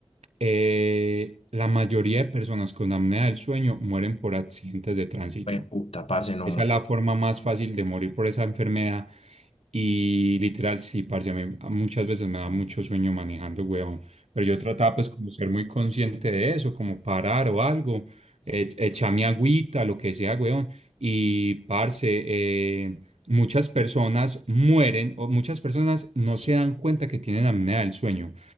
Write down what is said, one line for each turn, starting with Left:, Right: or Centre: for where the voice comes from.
Right: eh, la mayoría de personas con apnea del sueño mueren por accidentes de tránsito.
Left: Fue puta, parce, no,
Right: Esa
Left: muy
Right: es la forma más fácil de morir por esa enfermedad. Y literal, sí, parce, a mí muchas veces me da mucho sueño manejando, huevón. Pero yo trataba pues como ser muy consciente de eso, como parar o algo, ech- echar mi agüita, lo que sea, huevón. Y parce, eh, muchas personas mueren o muchas personas no se dan cuenta que tienen apnea del sueño